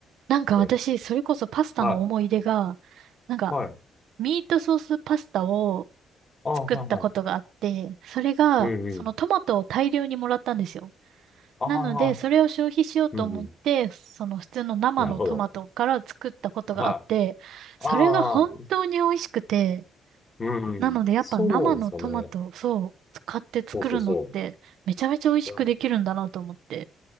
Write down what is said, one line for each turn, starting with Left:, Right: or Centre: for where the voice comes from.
Right: なんか私、
Left: ええ
Right: それこそパスタの思い出が、
Left: は
Right: なんか、
Left: い。はい。
Right: ミートソースパスタを
Left: ああ、
Right: 作ったことがあって、
Left: はいはい。
Right: それが、
Left: うんうん。
Right: そのトマトを大量にもらったんですよ。
Left: ああ、
Right: なので、それを消費しようと思って、
Left: うんうん。
Right: その普通の生のトマトから作ったことがあって、
Left: なるほど。はい。
Right: それが本当に美味しくて、
Left: ああ、うんうん。
Right: なのでやっぱ生のトマトをそう使って作るのってめちゃめちゃ美味しくできるんだなと思って。
Left: そうですよね。そうそうそう。いや、